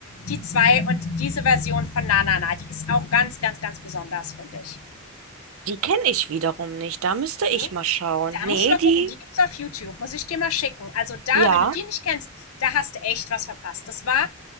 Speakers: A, on the left; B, on the right.
A: die zwei und diese Version von Na Na Na, die ist auch ganz, ganz, ganz besonders, finde ich.
B: Die kenne ich wiederum nicht. Da müsste
A: Nee?
B: ich mal schauen.
A: Da
B: Nee,
A: musst du mal
B: die.
A: gucken, die gibt's auf YouTube, muss ich dir mal schicken. Also da,
B: Ja,
A: wenn du die nicht kennst, da hast du echt was verpasst. Das war